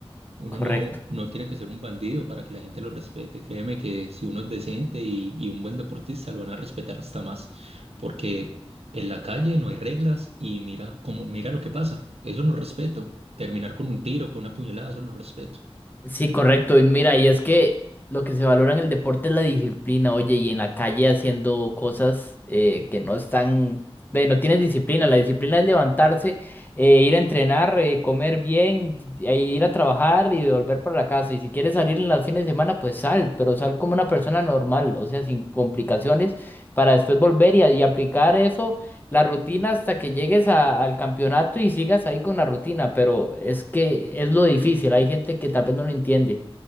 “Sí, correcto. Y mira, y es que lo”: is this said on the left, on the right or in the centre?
Left